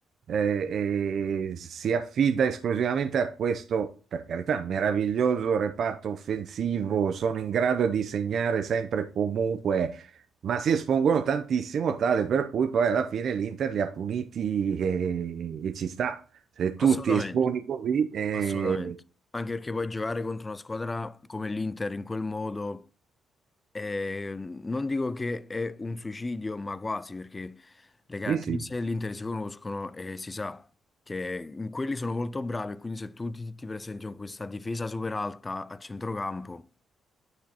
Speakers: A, on the right; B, on the left.
A: eh, eh, si affida esclusivamente a questo, per carità, meraviglioso reparto offensivo, sono in grado di segnare sempre e comunque, ma si espongono tantissimo, tale per cui poi alla fine l'Inter li ha puniti e, e ci sta. Se tu
B: Assolutamente.
A: ti esponi così, eh,
B: Assolutamente. Anche perché poi giocare contro una squadra come l'Inter in quel modo, è- non dico che è un suicidio, ma quasi, perché le caratteristiche
A: sì, sì,
B: dell'Inter si conoscono e si sa che in quelli sono molto bravi, e quindi se tu ti, ti presenti con questa difesa super alta a centrocampo,